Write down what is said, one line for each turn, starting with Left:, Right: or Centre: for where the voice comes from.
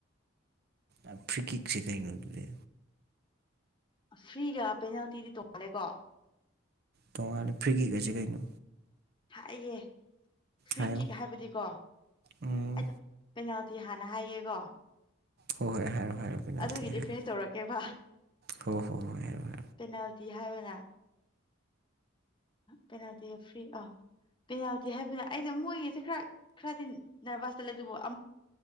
Right: ꯑ ꯐ꯭ꯀꯤꯁꯤ ꯀꯩꯅꯣ ꯑꯗꯨꯗꯤ
Left: ꯐ꯭ꯔꯤꯒ ꯄꯦꯅꯥꯜꯇꯤꯗꯤ ꯇꯣꯞꯅꯦꯀꯣ
Right: ꯇꯣꯡꯉꯥꯜꯂꯦ ꯐ꯭ꯔꯤꯒꯤꯒꯁꯦ ꯀꯩꯅꯣ
Left: ꯍꯥꯏꯌꯒꯦ ꯐ꯭ꯔꯤ
Right: ꯍꯥꯏꯌꯣ
Left: ꯀꯤꯛ ꯍꯥꯏꯕꯗꯤꯀꯣ
Right: ꯎꯝ
Left: ꯑꯩꯗꯣ ꯑꯗꯨꯗꯤ ꯍꯥꯟꯅ ꯍꯥꯏꯒꯦꯀꯣ
Right: ꯍꯣꯏ ꯍꯣꯏ ꯍꯥꯏꯔꯣ ꯍꯥꯏꯔꯣ ꯄꯦꯅꯥꯜꯇꯤ
Left: ꯑꯗꯨꯒꯤꯗꯤ
Right: ꯍꯥꯏꯔꯣ
Left: ꯐ꯭ꯔꯦꯟꯁ ꯇꯧꯔꯛꯀꯦꯕ
Right: ꯍꯣꯏ ꯍꯣꯏ ꯍꯣꯏ ꯍꯥꯏꯔꯣ ꯍꯥꯏꯔꯣ
Left: ꯄꯦꯅꯥꯜꯇꯤ ꯍꯥꯏꯕ ꯄꯦꯅꯥꯜꯇꯤ ꯐꯔꯤ ꯑ ꯄꯦꯅꯥꯜꯇꯤ ꯍꯥꯏꯕꯅ ꯑꯩꯁꯦ ꯃꯣꯏꯒꯤꯁꯦ ꯈꯔ ꯈꯔꯗꯤ ꯅꯔꯚꯁꯇꯠ ꯂꯩ ꯑꯗꯨꯕꯨ